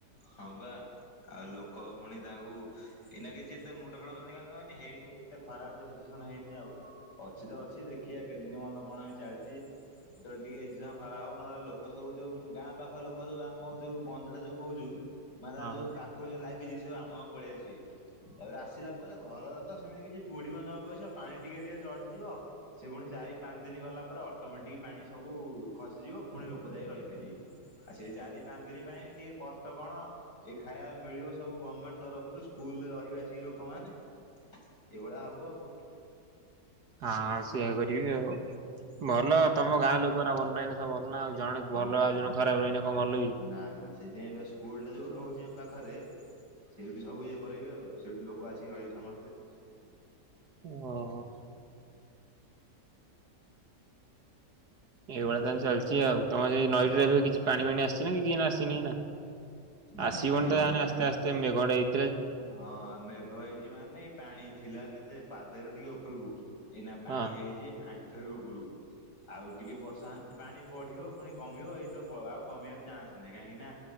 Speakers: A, on the left; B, on the right.
A: ହଁ ବା ଆଉ ଲୋକ ଫୁଣି ତାକୁ ଏଇନା କିଛି ଏତେ ମୁଣ୍ଡ ଖେଳଉ ନାହାନ୍ତି କାହିଁକି କହନି ହେଇନି ଏତେ ଖରାପ ସିଚୁଏସନ ହେଇନି ଆଉ ଅଛି ତ ଅଛି ଦେ ଖିଆ କେତେଦିନ ପର୍ଯ୍ୟନ୍ତ କଣ ହିଁ ଚାଲଚି। ଯେତେବେଳେ ଟିକେ ସିଚୁଏସନ ଖରାପ ହବ ନହେଲେ ଲୋକ ସବୁ ଯୋଉ ଗାଁ ପାଖ ଲୋକ ସବୁ ଆମ ଯୋଉ ବନ୍ଧ ଟା ଯୋଉ ବୁଝୁ ମାନେ ତା
B: ହଁ
A: ଯୋଉ
B: ହଁ।
A: ପାଖ ଯୋଉ ଲାଗିଚି ସବୁ ଆମ ଗାଁ କୁ ପଳେଇ ଆସିବେ। ତାପରେ ଆସିଲା ପରେ ଘର ରାତ ସେମିତି କିଛି ବୁଡ଼ିବ ନ ଅବଶ୍ୟ ପାଣି ଟିକେ ଟିକେ ଚଢ଼ିଯିବ। ସେ ଫୁଣି ଚାରି ପାଞ୍ଚ ଦିନି ଗଲା ପରେ ଅଟୋମେଟିକ ପାଣି ସବୁ ଉ ଉ ଖସିଯିବ ଫୁଣି ଲୋକ ଯାଇକି ରହିପାରିବେ। ଆଉ ସେଇ ଚାରି ପାଞ୍ଚ ଦିନି ପାଇଁ ଟିକେ କଷ୍ଟ କଣ ଏଇ ଖାଇଆ ମିଳିବ ସବୁ ଗମେଣ୍ଟ ତରଫରୁ ସ୍କୁଲରେ ରହିବେ ଆସିକି ଲୋକମାନେ ଏଇଭଳିଆ ହବ ଆଉ।
B: ହଁ ସେଇଆ କରିବି ଆଉ
A: ହଁ
B: ଭଲ
A: ବା
B: ତମ ଗାଁ ଲୋକରା ଭଲ ରହିନେ ସବୁ ଭଲ ନା ଆଉ। ଜଣେ ଭଲ
A: ହଁ ବା
B: ଆଉ ଜଣେ ଖରାପ ରହିଲେ କଣ ଭଲ କି?
A: ନା ନା ସେଇଥିପାଇଁ ଏବେ ସ୍କୁଲ ଟା ଯୋଉ ରହୁଚି ଆମ ପାଖରେ ସେଇଠି ସବୁ ଇଏ କରିବେ ଆଉ ସେଇଠି ଲୋକ ଆସିକି ରହିବେ ସମସ୍ତେ।
B: ଓହୋ। ଏଇଭଳିଆ ତାହାନେ ଚାଲିଚି ଆଉ ତମର ସେଇ ନଈ
A: ହଁ
B: ରେ ଏବେ କିଛି ପାଣି ମାଣି ଆସଚି ନା କି କିଛି ନା ଆସିନି ଏଇନା।
A: ନାଇ ନା
B: ଆସିବନି
A: ଏଇନା
B: ତ ଆନେ
A: ନଈ
B: ଆସ୍ତେ ଆସ୍ତେ ମେଘ ଡ଼େଇ
A: ହଁ ମେଘ ହେଇ ଚି ମାନେ ପାଣି ଥିଲା କେତେ ପାଦେରୁ ଟିକେ ଉପରକୁ ଏଇନା ପାଣି
B: ହଁ
A: ହେଇଚି ଆଁଣ୍ଠ ଠୁରୁ ଉପୁରୁକୁ। ଆଉ ଟିକେ ବର୍ଷା ପାଣି ବଢ଼ିବ ଫୁଣି କମିବ ଏଇତ ବ ଆଉ କମିବାର ଚାନ୍ସ ନାହିଁ କାହିଁକି ନା